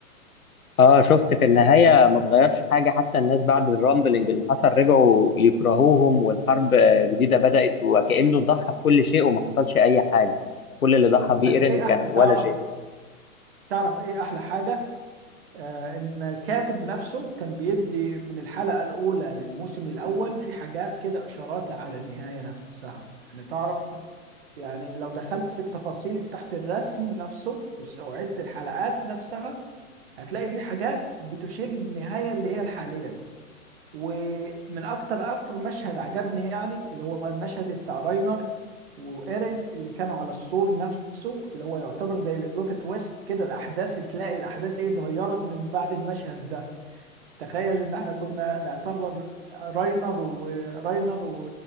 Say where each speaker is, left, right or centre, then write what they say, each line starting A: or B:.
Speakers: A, on the left; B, on the right.
A: اه شفت في النهاية ما اتغيرش حاجة حتى الناس بعد الرامبلينج اللي حصل رجعوا يكرهوهم والحرب آه، جديدة بدأت وكأنه ضحى بكل شيء وما حصلش أي حاجة كل اللي ضحى بيه
B: بس
A: إيرين
B: إيه
A: كان
B: أحلى تعرف
A: ولا
B: تعرف إيه أحلى حاجة آه إن الكاتب نفسه كان بيدي من الحلقة الأولى للموسم الأول في حاجات كده إشارات على النهاية نفسها يعني تعرف يعني لو دخلت في التفاصيل بتاعت الرسم نفسه وس- وعدت الحلقات نفسها هتلاقي في حاجات بتشير للنهاية اللي هي الحالية ومن أكتر أكتر مشهد عجبني يعني اللي هو المشهد بتاع راينر وإيرين اللي كانوا على السور نفسه اللي هو يعتبر زي البلوت تويست كده الأحداث تلاقي الأحداث إيه اتغيرت من بعد المشهد ده تخيل إن إحنا كنا نعتبر راينر وراينر و...